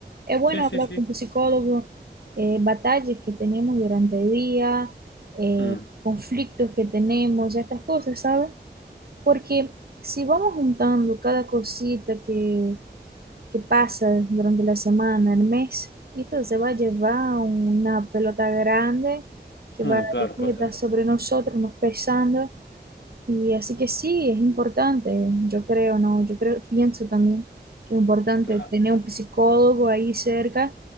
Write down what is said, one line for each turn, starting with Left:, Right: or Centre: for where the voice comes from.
Right: Es bueno
Left: Sí, sí,
Right: hablar
Left: sí.
Right: con un psicólogo, eh, batallas que tenemos durante el día, eh,
Left: Mm,
Right: conflictos que tenemos, estas cosas, ¿sabe? Porque si vamos juntando cada cosita que, que pasa durante la semana, el mes, esto se va a llevar una pelota grande que
Left: mm,
Right: va
Left: claro,
Right: después
Left: pues
Right: a estar sobre nosotros, nos pesando. Y así que sí, es importante, yo creo, ¿no? Yo creo, pienso también que es importante
Left: Claro.
Right: tener un psicólogo ahí cerca